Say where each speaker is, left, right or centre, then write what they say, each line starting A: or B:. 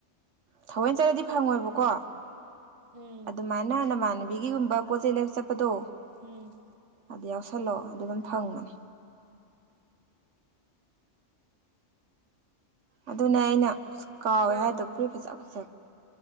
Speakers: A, on the right (about 75°); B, on the right (about 30°).
A: ꯊꯧꯑꯣꯏꯅ ꯆꯠꯂꯗꯤ ꯐꯪꯉꯣꯏꯕꯀꯣ
B: ꯎꯝ
A: ꯑꯗꯨꯃꯥꯏꯅ ꯅꯃꯥꯟ ꯕꯤꯒꯤꯒꯨꯝꯕ ꯄꯣꯠ ꯆꯩꯩ ꯂꯩꯕ ꯆꯠꯄꯗꯣ
B: ꯎꯝ
A: ꯑꯗꯨ ꯌꯥꯎꯁꯜꯂꯑꯣ ꯑꯗꯨ ꯑꯗꯨꯝ ꯐꯪꯕꯅꯤ ꯑꯗꯨꯅꯦ ꯑꯩꯅ ꯀꯥꯎꯋꯦ
B: ꯃꯥ
A: ꯍꯥꯏꯗꯣ ꯐꯨꯔꯤꯠ ꯐꯖ ꯐꯖꯕ